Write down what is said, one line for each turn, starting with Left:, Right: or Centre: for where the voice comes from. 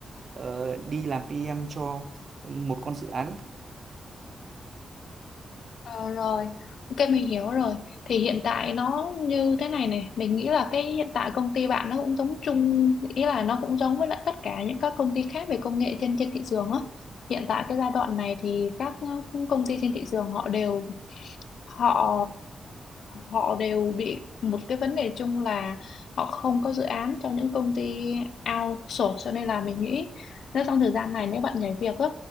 Right: ờ, đi làm PM cho một con dự án
Left: Ờ, rồi, ok mình hiểu rồi. Thì hiện tại nó như thế này này, mình nghĩ là cái hiện tại công ty bạn nó cũng giống chung, ý là nó cũng giống với lại tất cả những các công ty khác về công nghệ trên trên thị trường á. Hiện tại cái giai đoạn này thì các ờ, công ty trên thị trường họ đều họ họ đều bị một cái vấn đề chung là họ không có dự án cho những công ty outsource cho nên là mình nghĩ nếu trong thời gian này nếu bạn nhảy việc á